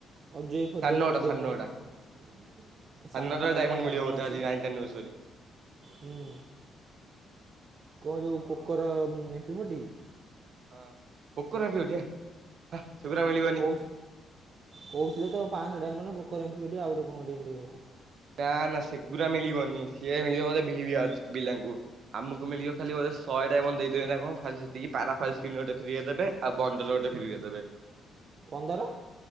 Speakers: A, on the right (about 45°); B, on the right (about 60°).
A: ଅଜୟ ଫଜୟ
B: ସାଢେ ନଅଟା
A: ଟୁଣ୍ଡେ
B: ସାଢେ
A: କ୍ୟାମର।
B: ନଅଟା। ସାଢ଼େନଅଟାରେ
A: ସାନଟା ହେଇଲାଣିି
B: ଡାଇମଣ୍ଡ ମିଳିବ
A: ନା କଣପା
B: ବୋଧେ
A: ଆସିକି
B: ଆଜି ନାଇନଟା ନ୍ୟୁଜ୍ ରେ।
A: ହୁଁ। କଣ ଯୋଉ
B: ହଁ।
A: ପୋକର ମପି ଫୋଟି।
B: ହଁ ପୋକର ମପୀ ଫୋଟି ହେ ହା ସେଗୁରା ମିଳିବନି।
A: କହୁ କହୁଥିଲେ ତ ପାଞ୍ଚଟଙ୍କିଆ ମାନେ ଭୋକରେ ରଖିବ ଟେ ଆଉ ଗୋଟେ କଣ ଏମିତି ଗୋଟେ
B: ନା ନା ସେଗୁରା ମିଳିବନି ସିଏ ମିଳିବ ଗୋଧେ ଭି ପିଲାଙ୍କୁ। ଆମକୁ ମିଳିବ ଖାଲି ଶଏ ଟା ଦେଇଦେବେ ନା କଣ ଖାଲି ସେତିକି ପାରାଫଲ ସ୍ ଗୋଟେ ଫ୍ରିରେ ଦେବେ। ଆଉ ବଣ୍ଟାଲ ଗଟେ ଫେରେ ଦେବେ।
A: ପନ୍ଦର?